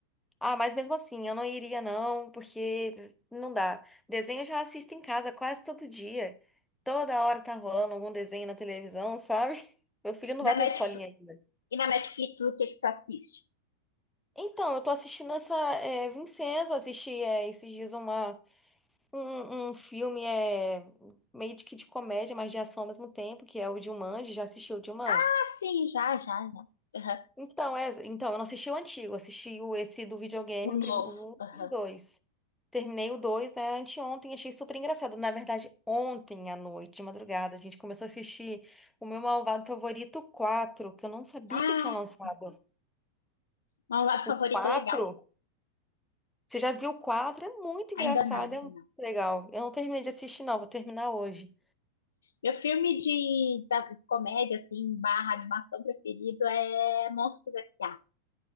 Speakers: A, in the centre; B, on the left (about 80°).
A: Ah, mas mesmo assim, eu não iria não, porque não dá. Desenho eu já assisto em casa quase todo dia. Toda hora tá rolando algum desenho na televisão, <laughs> sabe? Meu filho não vai
B: Na Netflix
A: pra escolinha ainda.
B: E na Netflix, o que que tu assiste?
A: Então, eu tô assistindo essa é, Vincenzo, assisti é, esses dias uma. Um, um filme é meio de que de comédia, mas de ação ao mesmo tempo, que é o Jumanji. Já assistiu o Jumanji?
B: Ah, sim, já, já, já. Aham.
A: Então, é, então, eu não assisti o antigo, assisti o, esse do videogame,
B: O novo.
A: o 1
B: Aham.
A: e o 2. Terminei o 2 né, anteontem, achei super engraçado. Na verdade, ontem à noite, de madrugada, a gente começou a assistir o meu malvado favorito, o 4, que eu não sabia
B: Ah,
A: que tinha lançado.
B: sim. Malvado
A: O
B: Favorito
A: 4.
B: é legal.
A: Você já viu o 4? É muito engraçado,
B: Ainda não, ainda
A: é muito
B: não.
A: legal. Eu não terminei de assistir, não, vou terminar hoje.
B: Meu filme de, de comédia, assim, barra animação preferido é Monstros S.A.